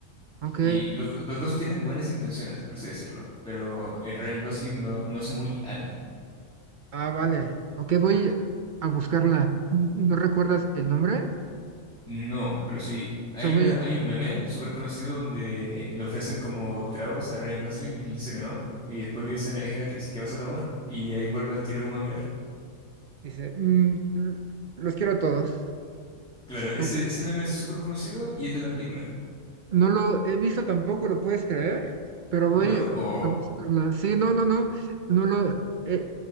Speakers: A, on the right (about 55°); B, in the centre.
A: Ok.
B: y los, do- los dos tienen buenas intenciones, por así decirlo, pero eh, Ryan Gosling no, no es muy hábil.
A: Ah, vale. Ok, voy a buscarla. ¿No recuerdas el nombre?
B: No, pero sí,
A: O
B: hay,
A: sea, voy...
B: una- hay un meme súper conocido donde le ofrecen como tragos a Ryan Gosling y él dice que no, y después le dicen es gratis, ¿qué vas a tomar? Y ahí vuelve al tiro como a mirar.
A: Dice, "Mm, los quiero a todos.
B: Claro, ese,
A: No
B: ese meme es súper conocido y es de la película.
A: no lo he visto tampoco, ¿lo puedes creer? Pero voy
B: No, o
A: a buscarla. Sí, no, no, no, no lo he,